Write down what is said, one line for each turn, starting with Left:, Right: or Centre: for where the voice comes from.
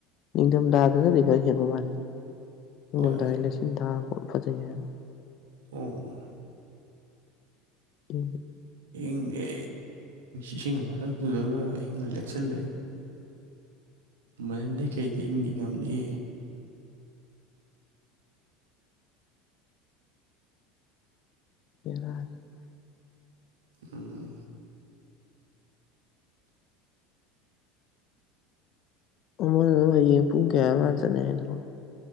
Left: ꯅꯤꯡꯊꯝꯊꯥꯗꯅꯗꯤ ꯈꯔ ꯍꯦꯟꯕ ꯃꯥꯜꯂꯦ ꯅꯤꯡꯉꯝ
Right: ꯍꯣꯏ
Left: ꯊ ꯂꯩꯁꯤꯟ ꯊꯥꯔꯒ ꯈꯣꯠꯅ ꯐꯖꯩ ꯍꯥꯏꯕ
Right: ꯑꯣꯝ ꯑꯣ
Left: ꯎ
Right: ꯪꯗ ꯏꯁꯤꯡ ꯃꯊꯛꯇꯨꯗꯒ ꯑꯪꯒ ꯂꯦꯛꯁꯜꯂꯦ ꯃꯅꯤꯟꯗꯩ ꯀꯩꯗꯤ ꯏꯪꯅꯤꯡ ꯉꯝꯅꯤ
Left: ꯌꯥꯔꯥ
Right: ꯑꯥ
Left: ꯑꯃꯗ ꯍꯌꯦꯡ ꯄꯨꯡ ꯀꯌꯥ ꯉ ꯆꯠꯅ ꯍꯥꯏꯕꯣ